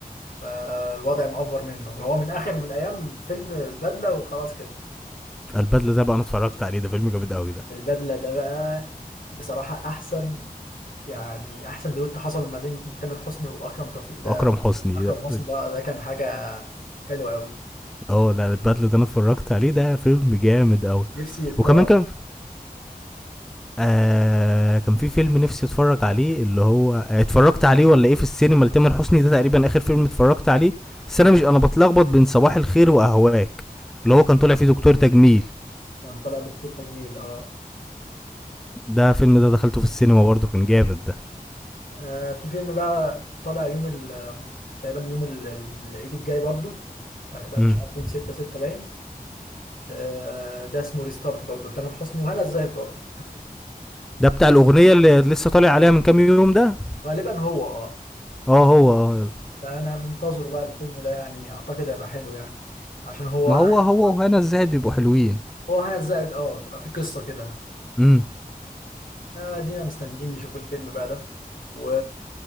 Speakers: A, on the left; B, in the centre.
A: فالوضع مأفور منه هو من آخر من أيام فيلم البدلة وخلاص كده
B: البدله ده بقى انا اتفرجت عليه ده فيلم جامد قوي ده
A: البدلة ده بقى بصراحة أحسن يعني أحسن دويت حصل ما بين تامر حسني وأكرم توفيق ده
B: اكرم حسني
A: أكرم حسني
B: ده
A: ده ده كان حاجة حلوة أوي
B: اه لا البدله ده انا اتفرجت عليه ده فيلم جامد قوي
A: نفسي يتكرر
B: وكمان كان آه كان في فيلم نفسي اتفرج عليه اللي هو آه، اتفرجت عليه ولا ايه في السينما لتامر حسني ده تقريبا اخر فيلم اتفرجت عليه بس انا مش انا بتلخبط بين صباح الخير واهواك اللي هو كان طالع فيه دكتور تجميل
A: كان طالع دكتور تجميل اه
B: ده فيلم ده دخلته في السينما برضه كان جامد ده
A: آه، في فيلم بقى طالع يوم ال تقريبا يوم ال- العيد الجاي برضو هيبقى
B: امم
A: مش عارف يوم ستة ستة باين آه، ده اسمه ريستارت برضه لتامر حسني وهنا الزاهد برضه
B: ده بتاع الاغنيه اللي لسه طالع عليها من كام يوم ده
A: غالبا هو اه
B: اه هو اه
A: فانا منتظر بقى الفيلم ده يعني اعتقد هيبقى حلو يعني عشان هو
B: ما هو هو وهنا الزاهد بيبقوا حلوين
A: هو هنا الزاهد اه بتبقى فيه قصة كده
B: امم
A: آه، ادينا مستنيين نشوف الفيلم بقى ده و